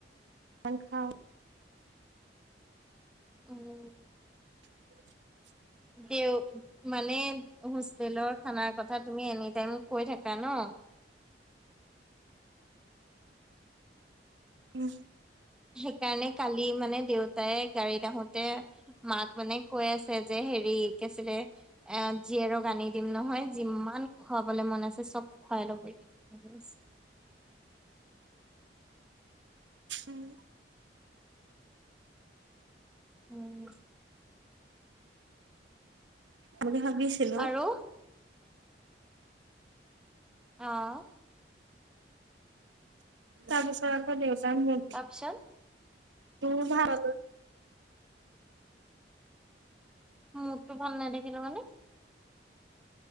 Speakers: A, on the right (about 85°); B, in the centre.
A: খাও
B: উম!
A: <inaudible>
B: দেও, মানে হোষ্টেলৰ খানাৰ কথা তুমি এনিটাইম কৈ থাকা ন।
A: উম!
B: সেইকাৰণে কালি মানে দেউতাই গাড়ীত আহোতে মাক মানে কৈ আছে, যে হেৰি কি আছিলে এ জীয়েৰক আনি দিম নহয় যিমান খুৱাবলৈ মন আছে চব খুৱাই লবি। তেনেকৈ কৈছে,
A: উম!
B: উম!
A: বুলি ভাবিছিলো।
B: আৰু অ ''
A: <inaudible> <unintelligible>
B: তাৰপিছত
A: উম ভাল
B: মোদটো ভাল নেদেখিলো মানে?